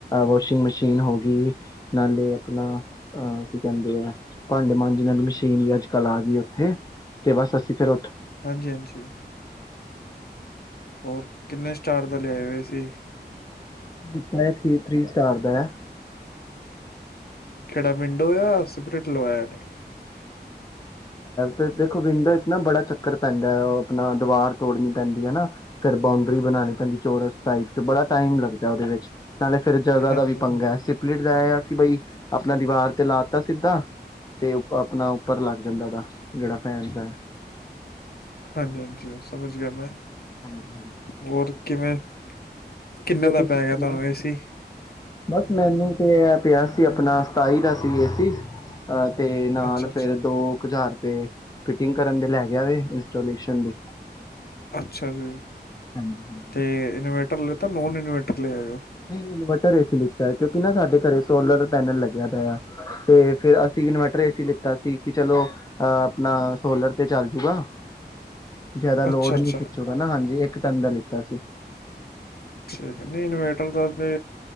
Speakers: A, on the left; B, on the left.
A: ਵਾਸ਼ਿੰਗ ਮਸ਼ੀਨ ਹੋ ਗਈ ਨਾਲੇ ਆਪਣਾ ਅਹ ਕੀ ਕਹਿੰਦੇ ਆ ਭਾਂਡੇ ਮਾਂਜੇ ਆਲੀ ਮਸ਼ੀਨ ਵੀ ਅੱਜ- ਕਲ੍ਹ ਆ ਗਈ। ਤੇ ਬਸ ਅਸੀਂ ਫਿਰ
B: ਹਾਂਜੀ- ਹਾਂਜੀ। ਹੋਰ ਕਿੰਨੇ ਸਟਾਰ ਦਾ ਲਿਆਏ ਹੋਏ ਸੀ।
A: ਜਿੱਥਾਂ ਇਹ ਥ੍ਰੀ- ਥ੍ਰੀ ਸਟਾਰ ਦਾ ਹੈ।
B: ਕਿਹੜਾ ਵਿੰਡੋ ਆ ਜਾਂ ਸਪਰਿਟ ਲਵਾਇਆ ਨੇ
A: ਤੇ ਦੇਖੋ ਵਿੰਡੋ ਵਿੱਚ ਨਾ ਬੜਾ ਚੱਕਰ ਪੈਂਦਾ ਆਪਣਾ ਦੀਵਾਰ ਤੋੜਨੀ ਪੈਂਦੀ ਹੈ ਹਨਾ ਫਿਰ ਬਾਉਂਡਰੀ ਬਣਾਉਣੀ ਪੈਂਦੀ ਚੋਰਸ ਟਾਈਪ ਚ ਬੜਾ ਟਾਈਮ ਲੱਗਦਾ ਉਹਦੇ ਵਿੱਚ ਨਾਲੇ ਫਿਰ ਜਗ੍ਹਾ
B: ਹਾਂਜੀ,
A: ਦਾ ਵੀ ਪੰਗਾ ਹੈ ਸਿਪਲੀਟ ਦਾ ਇਹ ਆ ਕਿ ਬਈ ਆਪਣਾ ਦੀਵਾਰ ਤੇ ਲਾ ਦਿਤਾ। ਸਿੱਧਾ ਤੇ ਆਪਣਾ ਉੱਪਰ ਲੱਗ ਜਾਂਦਾ ਗਾ ਜਿਹੜਾ ਫੈਨ ਦਾ
B: ਹਾਂਜੀ-ਹਾਂਜੀ ਸਮਝ ਗਿਆ ਮੈਂ
A: ਹਾਂਜੀ ਹਾਂਜੀ
B: ਹੋਰ ਕਿਵੇਂ? ਕਿੰਨਾ
A: ਜੇ
B: ਦਾ
A: ਤੁਸੀਂ
B: ਪੈ
A: ਸੁਣਾਓ
B: ਗਿਆ ਤੁਆਨੂੰ ਏ ਸੀ?
A: ਬਸ ਮੈਨੂੰ ਤੇ ਏ ਪਿਆ ਸੀ ਆਪਣਾ ਸਤਾਈ ਦਾ ਸੀ ਏ ਸੀ ਅ ਤੇ ਨਾਲ
B: ਅੱਛਾ-ਅੱਛਾ,
A: ਫੇਰ ਦੋ ਕੁਜ਼ਾਰ ਤੇ ਫਿਟਿੰਗ ਕਰਨ ਦੇ ਲੈ ਗਿਆ ਇੰਸਟੇਸ਼ਨ ਦੇ।
B: ਅੱਛਾ ਜੀ
A: ਹਾਂਜੀ
B: ਤੇ ਇਨਵੇਟਰ ਲਿ ਤਾਂ ਨੋਨ ਇਨਵੇਟਰ ਲੈ ਆਇਓ।
A: ਨਹੀਂ ਬ ਘਰ ਏ ਸੀ ਲਿਖਤਾ ਹੈ ਕਿਉਂਕਿ ਨਾਂ ਸਾਡੇ ਘਰੇ ਸੋਲਰ ਪੈਨਲ ਲੱਗਿਆ ਪਿਆ ਤੇ ਫਿਰ ਅਸੀਂ ਇਨਵਰਟਰ ਇਸ ਲਿੱਤਾ ਸੀ ਕਿ ਚਲੋ ਅਹ ਆਪਣਾ ਸੋਲਰ ਤੇ ਚੱਲ ਜੂਗਾ। ਜਿਆਦਾ
B: ਅੱਛਾ-ਅੱਛਾ
A: ਲੋੜ ਨਹੀਂ ਖਿੱਚੂਗਾ ਨਾਂ ਹਾਂਜੀ ਇੱਕ ਟਨ ਦਾ ਲਿ ਕੀਤਾ ਸੀ।
B: ਠੀਕ ਐ, ਨਈਂ ਇਨਵੇਟਰ ਦਾ ਤੇ